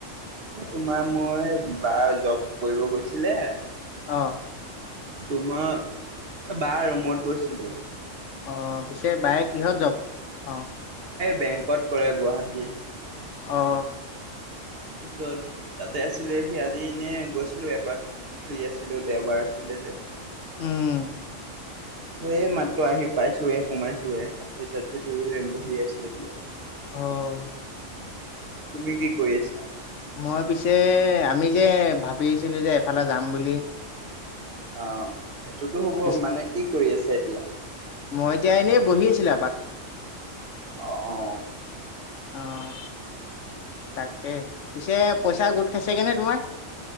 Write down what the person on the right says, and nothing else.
তোমাৰ মই বাৰ জব কৰিব গৈছিলে
তোমাৰ বা ৰুমত গৈছিলো।
বেংকট কৰে গুৱাহাটী।
তাৰপিছত তাতে আছিলে সি আজি এনে গৈছিলো এপাক। ফ্ৰী আছিলো দেওবাৰ আছিলে যে।
এই মাত্ৰ আহি পাইছো হে সোমাইছোৱে হাত ভৰি চাত ভৰি ধুই বহি আছো এতিয়া।
তুমি কি কৰি আছা?
অ, সেইটোতো হ'ব।
মানে কি কৰি আছে এতিয়া?
আহ।